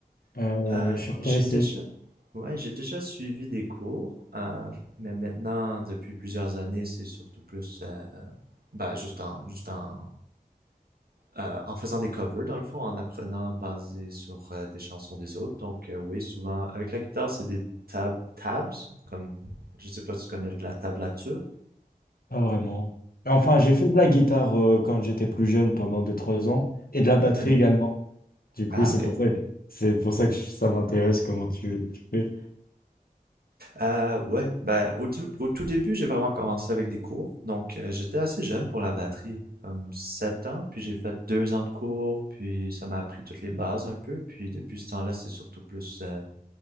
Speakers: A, on the left (about 75°); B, on the right (about 85°).
A: Euh,
B: Euh,
A: je suis
B: j'ai
A: intéressé,
B: déjà, ouais, j'ai déjà suivi des cours, euh, mais maintenant, depuis plusieurs années, c'est surtout plus, euh, ben, juste en, juste en euh, en faisant des covers, dans le fond, en apprenant basé sur euh, des chansons des autres. Donc, euh, oui, souvent, avec la guitare, c'est des tab tabs, comme, je sais pas si tu connais la tablature.
A: pas vraiment. Enfin, j'ai fait de la guitare euh, quand j'étais plus jeune, pendant deux trois ans, et de la batterie
B: Mhm.
A: également. Du coup,
B: Ah,
A: c'est
B: ok.
A: pour ça que, c'est pour ça que ça m'intéresse comment tu, tu fais.
B: Euh, ouais, ben, au, tout- au tout début, j'ai vraiment commencé avec des cours. Donc, euh, j'étais assez jeune pour la batterie, comme 7 ans, puis j'ai fait deux ans de cours, puis ça m'a appris toutes les bases un peu. Puis, depuis ce temps-là, c'est surtout plus euh,